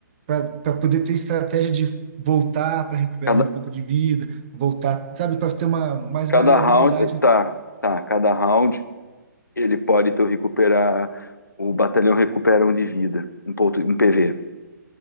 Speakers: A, on the right; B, on the left.
A: para poder ter estratégia de voltar para recuperar
B: Cada,
A: um pouco de vida, voltar, sabe, para ter uma mais
B: cada
A: maleabilidade.
B: round. Tá, tá. Cada round ele pode então recuperar. O batalhão recupera um de vida. Um ponto, um PV.